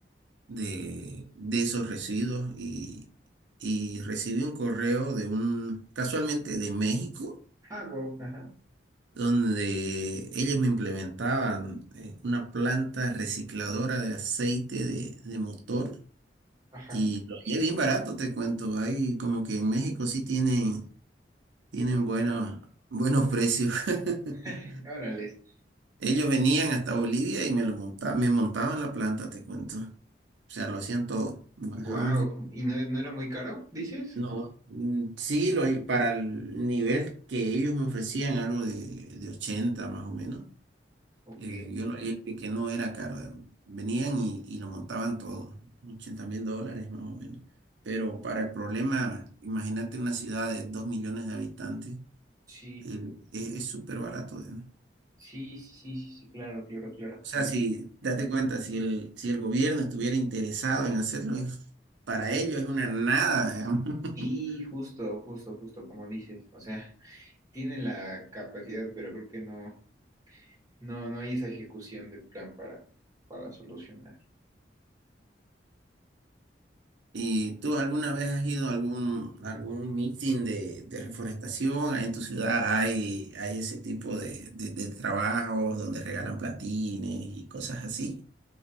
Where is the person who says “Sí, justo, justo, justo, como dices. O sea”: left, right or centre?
Right